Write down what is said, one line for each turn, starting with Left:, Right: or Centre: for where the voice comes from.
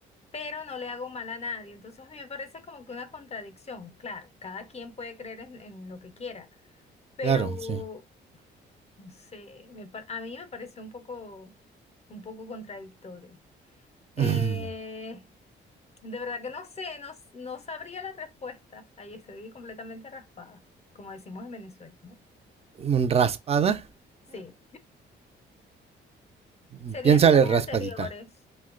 Left: pero no le hago mal a nadie. Entonces a mí me parece como que una contradicción. Claro, cada quien puede creer en, en lo que quiera, pero
Right: Claro. Sí.
Left: no sé, me pa- a mí me pareció un poco, un poco contradictorio.
Right: <clears throat>
Left: Eh,
Right: <laughs>
Left: de verdad que no sé, no, s- no sabría la respuesta. Ahí estoy completamente raspada, como decimos en Venezuela, ¿no?
Right: un ¿Raspada?
Left: Sí,
Right: <laughs>
Left: serían
Right: Piénsale
Left: todas las
Right: raspadita.
Left: anteriores,